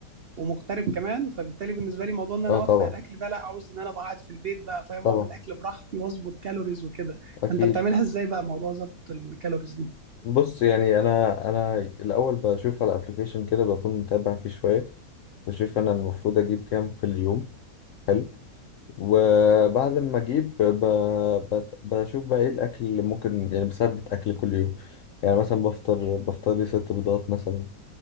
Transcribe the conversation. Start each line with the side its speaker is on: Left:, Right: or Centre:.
Right: ومغترب كمان فبالتالي بالنسبه لي موضوع ان انا
Left: اه
Right: اوفق
Left: طبعا
Right: الاكل ده لا عاوز ان انا أبقى قاعد في البيت بقى فاهم
Left: طبعا
Right: واعمل اكل براحتي واظبط كالوريز وكده
Left: اكيد
Right: فانت بتعملها ازاي بقى موضوع ظبط الكالوريز دي
Left: بص يعني انا انا الاول بشوف على ابلكيشن كده بكون متابع فيه شوية بشوف انا المفروض اجيب كام في اليوم حلو وبعد ما اجيب ب... بت- بشوف بقى ايه الاكل اللي ممكن يعني بثبت اكل كل يوم يعني مثلا بفطر بفطر لي ست بيضات مثلا